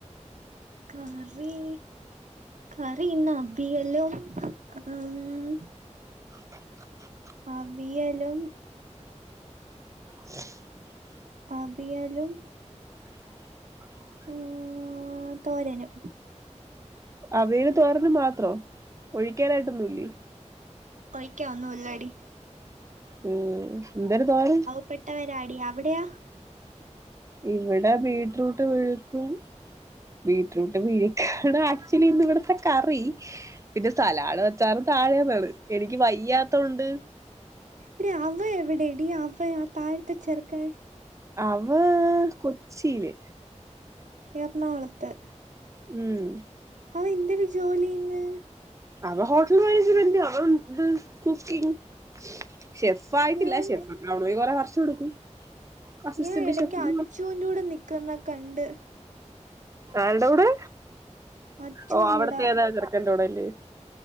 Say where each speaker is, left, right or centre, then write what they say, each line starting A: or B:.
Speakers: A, on the right; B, on the right.
A: കറി കറി ഇന്ന് അവിയലും ഉം
B: !!!!!!!!!!
A: അവിയലും
B: !!!!!!!!!!
A: അവിയലും
B: !!!!!!!!!!
A: ആഹ് തോരനും
B: അവിയലും തോരനും മാത്രോ ഒഴിക്കാനായിട്ടൊന്നു ഇല്ലേ
A: ഒഴിക്കാൻ ഒന്നും ഇല്ലടി
B: ഉം എന്തര് തോരൻ
A: പ്പെട്ടവരാടി അവിടെയോ
B: ഇവിടെ ബീട്രൂട്ട് വിഴുക്കും ബീറ്ററൂട്ട് വിഴുക്കാണ് ആക്ച്വലി ഇന്നിവിടത്തെ കറി പിന്നെ സാലഡും അച്ചാറും താഴേന്നാണ് എനിക്ക് വയ്യാത്തോണ്ട്
A: എടീ അവ എവിടെടീ അവ ആ താഴത്തെ ചെറുക്കൻ
B: അവാ കൊച്ചീല്
A: എറണാകുളത്ത്
B: ഉം
A: അവൻ എന്തിന് ജോലി ചെയ്യുന്ന്
B: അവൻ ഹോട്ടൽ മാനേജ്മെന്റ് അവൻ ഇത് കുക്കിങ് ഷെഫ് ആയിട്ടില്ല
A: ഞാൻ
B: ഷെഫ് ആകണമെങ്കിൽ കൊറെ വർഷം എടുക്കും അസിസ്റ്റന്റ്
A: ഞാൻ എടക്ക്
B: ഷെഫ്
A: അച്ചൂൻ്റൂടെ നിക്ക്ന്നെ കണ്ട്
B: ആരിടെകൂടെ
A: അച്ചുവിന്റെ
B: ഓഹ് അവിടുത്തെ
A: കൂടെ
B: ഏതോ ചെറുക്കൻ്റെ കൂടെ അല്ലിയോ